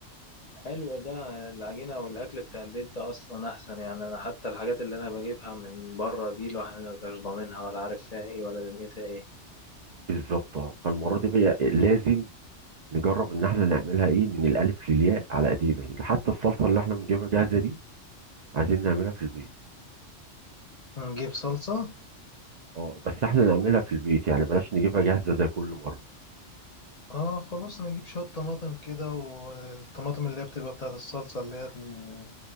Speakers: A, on the left; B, on the right.
A: حلو ده العجينة والأكل بتاع البيت ده أصلا أحسن يعني أنا حتى الحاجات اللي أنا بجيبها من بره دي الواحد مبيبقاش ضامنها ولا عارف فيها إيه ولا دنيتها إيه
B: بالظبط اه فالمره دي بقى لازم نجرب ان احنا نعملها ايه من الالف للياء على ايدينا كده حتى الصلصه اللي احنا بنجيبها جاهزه دي عايزين نعملها في البيت
A: نجيب صلصة
B: اه بس احنا نعملها في البيت يعني بلاش نجيبها جاهزه زي كل مره
A: اه خلاص نجيب شوية طماطم كده والطماطم اللي هي بتبقى بتاعة الصلصة اللي هي ال-